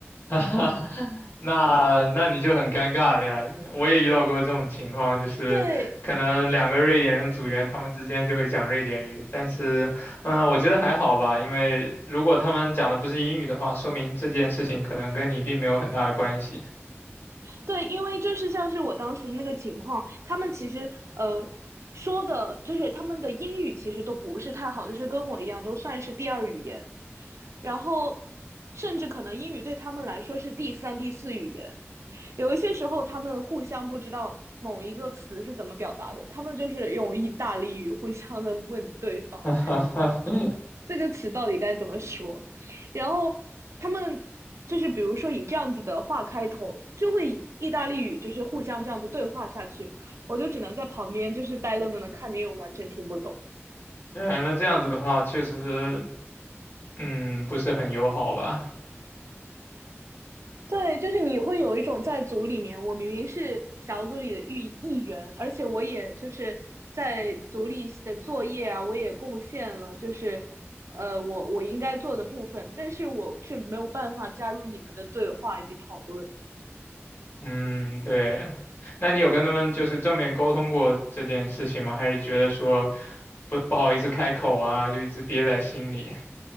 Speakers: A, on the left; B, on the right.
A: <laughs> 那那你就很尴尬了呀！我也遇到过这种情况，就是可能两个瑞典人组员，
B: 对，
A: 他们之间就会讲瑞典语，但是，嗯，我觉得还好吧，因为如果他们讲的不是英语的话，说明这件事情可能跟你并没有很大的关系。
B: 对，因为就是像是我当时那个情况，他们其实呃说的，就是他们的英语其实都不是太好，就是跟我一样都算是第二语言，然后甚至可能英语对他们来说是第三、第四语言。有一些时候他们互相不知道某一个词是怎么表达的，他们就是用意大利语互相的问对方，
A: <laughs>
B: 这个词到底该怎么说？然后他们就是比如说以这样子的话开头，就会以意大利语就是互相这样子对话下去，我就只能在旁边就是呆愣愣的看着，因为我完全听不懂。
A: 对，那这样子的话，确实嗯，不是很友好吧？
B: 对，就是你会有一种在组里面，我明明是小组里的一一员，而且我也就是在组里的作业啊，我也贡献了，就是呃，我我应该做的部分，但是我却没有办法加入你们的对话以及讨论。
A: 嗯，对。那你有跟他们就是正面沟通过这件事情吗？还是觉得说不不好意思开口啊，就一直憋在心里？